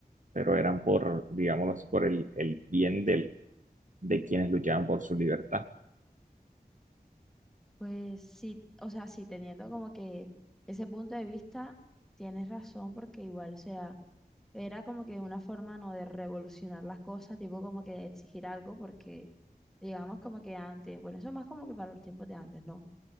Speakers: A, on the right (about 55°); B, in the centre.
A: pero eran por, digámoslo así, por el, el bien del, de quienes luchaban por su libertad.
B: Pues sí, o sea, sí, teniendo como que ese punto de vista, tienes razón, porque igual, o sea, era como que una forma no de revolucionar las cosas, tipo como que exigir algo, porque digamos como que antes, bueno, eso más como que para los tiempos de antes, ¿no?